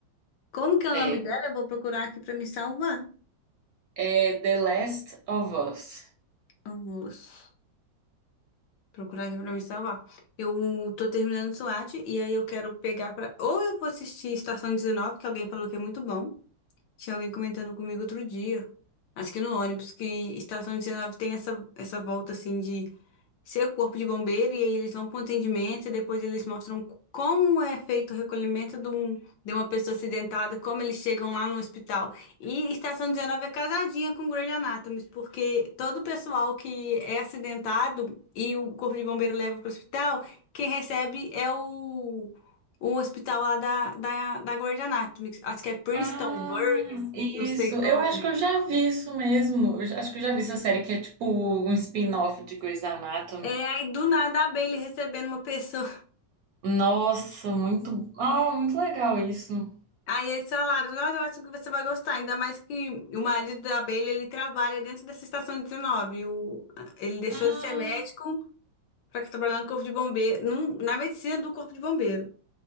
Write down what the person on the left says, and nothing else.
Como que é o
nome dela? Eu vou procurar aqui pra me salvar.
Eu vou s- procurar aqui pra me salvar. Eu tô terminando SWAT e aí eu quero pegar pra. Ou eu vou assistir Estação 19, que alguém falou que é muito bom. Tinha alguém comentando comigo outro dia, acho que no ônibus, que estação 19 tem essa, essa volta assim de ser corpo de bombeiro e aí eles vão para o atendimento e depois eles mostram como é feito o recolhimento de, um- de uma pessoa acidentada, como eles chegam lá no hospital. E Estação 19 é casadinha com Grey's Anatomy, porque todo o pessoal que é acidentado e o corpo de bombeiro leva para o hospital, quem recebe é o, o hospital lá da, da, da Grey's Anatomy, acho que é Preston
Burgess,
não sei o nome.
É, aí do nada a Bailey recebendo uma pessoa
Aí eles falaram, "Nossa, eu acho que você vai gostar, ainda mais que o marido da abelha, ele trabalha dentro dessa estação 19. O, ele deixou
de ser médico para trabalhar no corpo de bombeiro, num- na medicina do corpo de bombeiro.